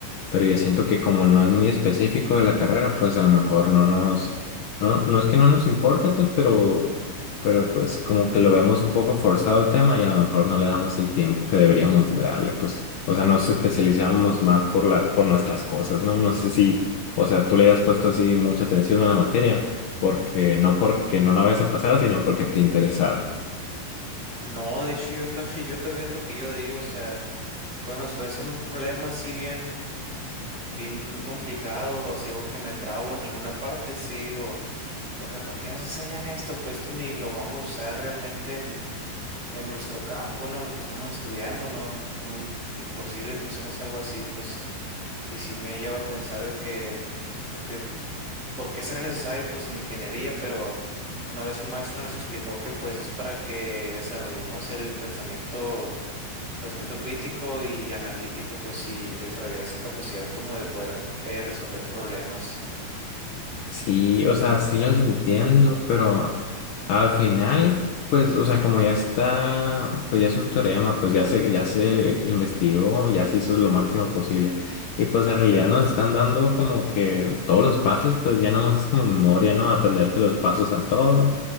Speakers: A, on the left; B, on the right.
A: pero yo siento que como no es muy específico de la carrera, pues a lo mejor no nos, no, no es que no nos importe, pues, pero, pero pues como que lo vemos un poco forzado el tema y a lo mejor no le damos el tiempo que deberíamos de darle, pues, o sea, nos especializamos más por la, por nuestras cosas, ¿no? No sé si, o sea, tú le hayas puesto así mucha atención a la materia, porque no porque no la vayas a pasar, sino porque te interesara.
B: No, de hecho yo también, <laughs> yo también es lo que yo digo, o sea, cuando estoy haciendo un problema así bien bien complicado, o si o que me trabo en alguna parte, sí digo, o sea, ¿para qué nos enseñan esto? Pues esto ni lo vamos a usar realmente en, en nuestro campo, ¿no? Lo que estamos estudiando, ¿no? No, imposible que usemos algo así, pues, y sí me lleva a pensar de que, aunque, ¿por qué será necesario? Pues en ingeniería, pero una vez un maestro nos explicó que pues es para que desarrollemos el pensamiento Pensamiento crítico y analítico, pues sí, desarrollar esa capacidad como de poder eh, resolver problemas.
A: Sí, o sea, sí los entiendo, pero al final, pues, o sea, como ya está, pues ya es un teorema, pues ya se, ya se investigó, ya se hizo lo máximo posible. Y pues en realidad nos están dando como que todos los pasos, pues ya nomás es como memoria, ¿no? Aprenderte los pasos a todo.